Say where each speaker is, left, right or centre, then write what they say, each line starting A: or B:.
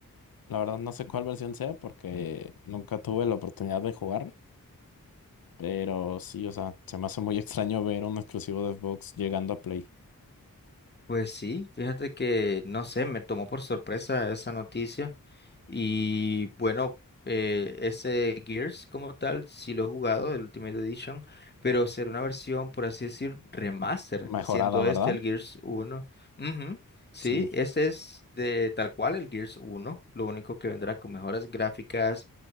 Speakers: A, on the left; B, on the left.
A: La verdad no sé cuál versión sea porque nunca tuve la oportunidad de jugar, Pero sí, o sea, se me hace muy <laughs> extraño ver un exclusivo de Xbox llegando a Play.
B: Pues sí, fíjate que, no sé, me tomó por sorpresa esa noticia. Y bueno, eh, ese Gears como tal, sí lo he jugado, el Ultimate Edition, pero será una versión, por así decir, remaster,
A: Mejorada,
B: siendo
A: ¿verdad?
B: este el Gears uno. Ujú, Sí,
A: Sí.
B: este es de tal cual el Gears uno, lo único que vendrá con mejoras gráficas,